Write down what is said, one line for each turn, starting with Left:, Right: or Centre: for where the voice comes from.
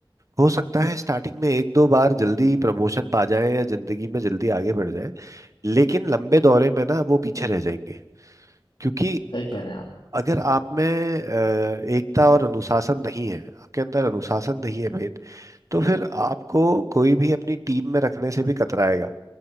Right: हो सकता है स्टार्टिंग में एक दो बार जल्दी प्रमोशन पा जाए या जिंदगी में जल्दी आगे बढ़ जाए लेकिन लंबे दौरे में ना वो पीछे रह जाएंगे क्योंकि
Left: सही कह रहे हैं आप
Right: अगर आप में अ, एकता और अनुशासन नहीं है आपके अंदर अनुशासन नहीं है मेन तो फिर आपको कोई भी अपनी टीम में रखने से भी कतराएगा